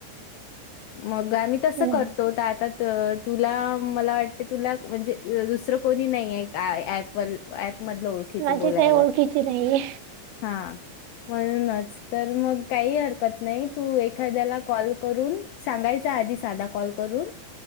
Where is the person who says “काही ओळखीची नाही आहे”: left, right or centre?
Right